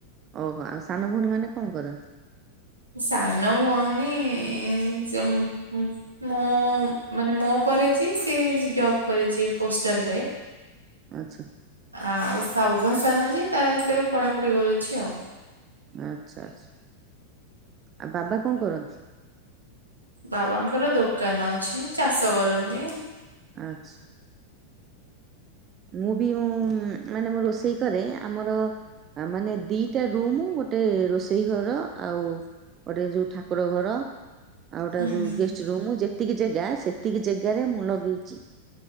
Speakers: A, on the right; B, on the right.
A: ଓହୋ ଆଉ ସାନ ଭଉଣୀ ମାନେ କଣ କରନ୍ତି?
B: ସାନ ଭଉଣୀ ଏ ସିଏ ଉଁ ଉଁ ମୋ ମାନେ ମୋ ପରେ ଯିଏ ସିଏ ଜବ୍ କରିଛି ପୋଷ୍ଟାଲରେ
A: ଆଚ୍ଛା।
B: ଆଉ ସବା ଯିଏ ତାର ସିଏ ଏବେ ପଢ଼ାପଢ଼ି କରୁଛି ଆଉ।
A: ଆଚ୍ଛା ଆଚ୍ଛା ଆଉ ବାବା କଣ କରନ୍ତି?
B: ବାବାଙ୍କର ଦୋକାନ ଅଛି ଚାଷ କରନ୍ତି।
A: ଆଚ୍ଛା। ମୁଁ ବି ଉୁଁ ମାନେ ମୁଁ ରୋଷେଇ କରେ ଆମର ଆଉ ମାନେ ଦିଇଟା ରୁମୁ ଗୋଟେ ରୋଷେଇ ଘର ଆଉ ଗୋଟେ ଯୋଉ ଠାକୁର ଘର ଆଉ ଗୋଟେ
B: ହୁଁ
A: ଯୋଉ
B: ହୁଁ
A: ଗେଷ୍ଟ୍ ରୁମ୍ ଯେତିକି ଜାଗା ସେତିକି ଜାଗାରେ ମୁଁ ଲଗେଇଛି